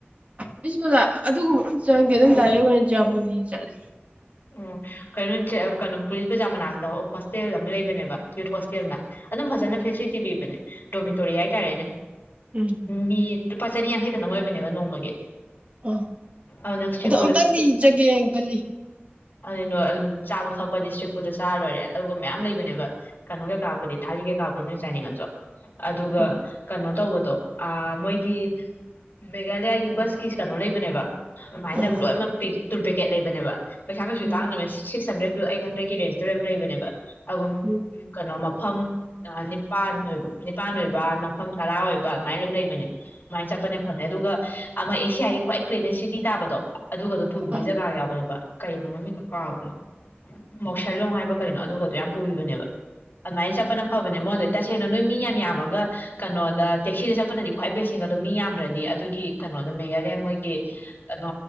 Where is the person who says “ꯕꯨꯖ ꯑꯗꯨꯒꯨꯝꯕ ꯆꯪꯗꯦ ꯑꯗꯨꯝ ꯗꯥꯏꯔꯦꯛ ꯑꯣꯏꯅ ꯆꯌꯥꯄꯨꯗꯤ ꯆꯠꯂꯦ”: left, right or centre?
Right